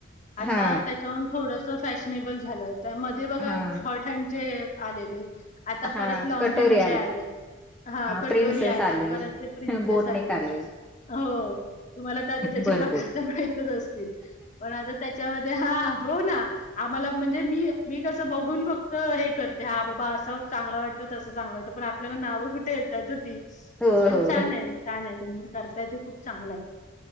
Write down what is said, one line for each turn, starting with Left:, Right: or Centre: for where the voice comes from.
Left: आता
Centre: हा
Left: त्याच्याहून थोडस फॅशनेबल झालं, मध्ये बघा
Centre: हा
Left: शॉर्ट हॅन्डचे आलेले आता
Centre: हा
Left: परत ह्यांचे
Centre: कटोरी
Left: आले, हा.. कटोरी
Centre: प्रिन्सेस
Left: आले,
Centre: आलं.
Left: परत ते प्रिन्सेस
Centre: बोटनिक
Left: आले.
Centre: आलं
Left: हो.. तुम्हाला आता त्याचे
Centre: भरपूर
Left: प्रकार तर माहतच असतील. पण आता त्याच्यामध्ये हा.. हो.. ना.. आम्हाला म्हणजे मी.. मी कस बघून फक्त हे करते हा बाबा असं चांगला वाटतं तसं चांगलं वाटतं पण आपल्याला नावं कुठे होती
Centre: हो
Left: पण
Centre: हो
Left: छान आहे, छान आहे तुम्ही करताय ते खूप चांगलं आहे.